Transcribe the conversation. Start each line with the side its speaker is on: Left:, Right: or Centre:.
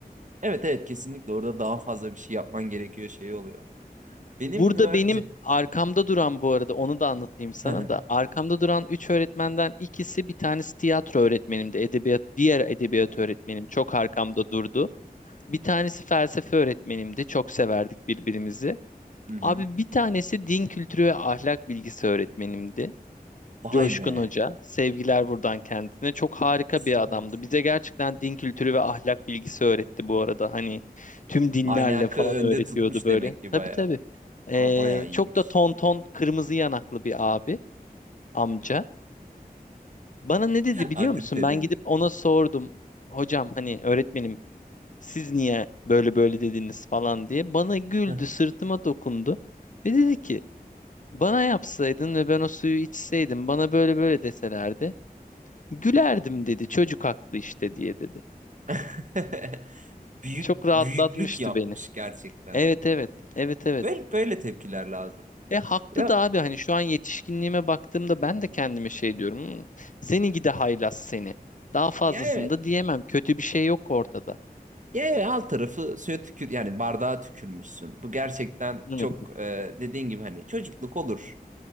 Right: Evet evet kesinlikle orada daha fazla bir şey yapman gerekiyor şey oluyor. Benim
Left: Burada
Right: üniversite...
Left: benim arkamda duran bu arada onu da anlatayım sana
Right: <laughs> Hı
Left: da. Arkamda duran üç öğretmenden ikisi bir tanesi tiyatro öğretmenimdi. Edebiyat, diğer edebiyat öğretmenim çok arkamda durdu. Bir tanesi felsefe öğretmenimdi. Çok severdik birbirimizi.
Right: hı.
Left: Abi bir tanesi din kültürü ve ahlak bilgisi öğretmenimdi.
Right: Vay
Left: Coşkun
Right: be.
Left: Hoca. Sevgiler buradan kendisine. Çok harika
Right: Sağ
Left: bir adamdı.
Right: olsun.
Left: Bize gerçekten din kültürü ve ahlak bilgisi öğretti bu arada. Hani tüm dinlerle
Right: Ahlakı
Left: falan
Right: önde
Left: öğretiyordu
Right: tutmuş
Left: böyle.
Right: demek ki
Left: Tabii
Right: bayağı.
Left: tabii. Ee,
Right: Aa, bayağı iyiymiş.
Left: çok da ton ton kırmızı yanaklı bir abi, amca. Bana ne dedi
Right: <laughs>
Left: biliyor
Right: Artık
Left: musun?
Right: dede
Left: Ben gidip ona sordum. Hocam hani öğretmenim siz niye böyle böyle dediniz falan diye. Bana güldü,
Right: Hı hı.
Left: sırtıma dokundu. Ve dedi ki bana yapsaydın ve ben o suyu içseydim bana böyle böyle deselerdi. Gülerdim dedi. Çocuk haklı işte diye dedi.
Right: <laughs> Büyük
Left: Çok rahatlatmıştı
Right: büyüklük yapmış
Left: beni.
Right: gerçekten.
Left: Evet evet. Evet evet.
Right: Böyle böyle tepkiler lazım.
Left: E haklı
Right: Ya
Left: da abi hani şu an yetişkinliğime baktığımda ben de kendime şey diyorum. "Hmm, Seni gide haylaz seni. Daha fazlasını
Right: ya evet.
Left: da diyemem. Kötü bir şey yok ortada.
Right: Ya evet, alt tarafı suya tükür yani bardağa tükürmüşsün. Bu gerçekten
Left: Evet.
Right: çok e, dediğin gibi hani çocukluk olur